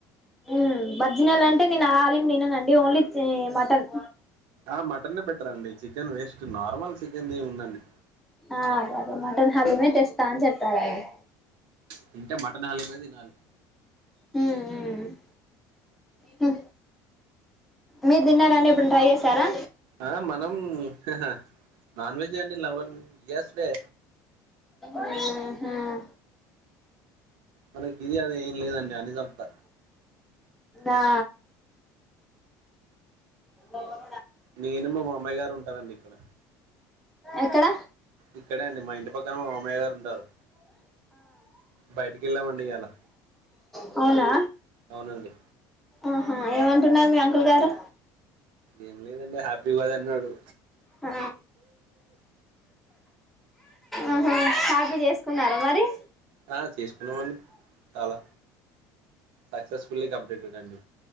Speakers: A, in the centre; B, on the right.
A: మ్ బర్జినలం అంటే నేన్ ఆ అలీం తిననండి ఓన్లీ చి మటన్
B: ఆ మటనే బెటర్ అండి చికెన్ వేస్ట్ నార్మల్ చికెన్ దేముందండి.
A: ఆ అదే అదే మటన్ హలీమే తెస్తా అన్ చెప్పారండి.
B: తింటే మటన్ హాలీమే తినాలి.
A: హ్ మ్ హ్ మీర్ తిన్నరా అండి ఎప్పుడన్న ట్రై చేసారా?
B: ఆ మనం హ హ నాన్ వెజ్ అండి లెవర్ యస్ డే
A: మ్ హ్
B: మనకి ఇది అని ఏం లేదండి అని సంప్త.
A: ఆ హలో
B: నేను మా మామయ్య గారు ఉంటారండి ఇక్కడ
A: ఎక్కడ?
B: ఇక్కడే అండి మా ఇంటి పక్కన మా మామయ్య గార్ ఉంటారు. బయటికి వెళ్ళామండి ఇయాల
A: ఆ అవునా
B: అవునండి.
A: ఆహా ఏమంటున్నారు మీ అంకుల్ గారు
B: ఏం లేదండి హ్యాపీ ఉగాదన్నాడు.
A: ఆ ఆహా హ్యాపీ జేస్కున్నారా మరి
B: ఆ చేస్కున్నామండి చాలా సక్సెస్ఫుల్లీ కంప్లీటెడండి.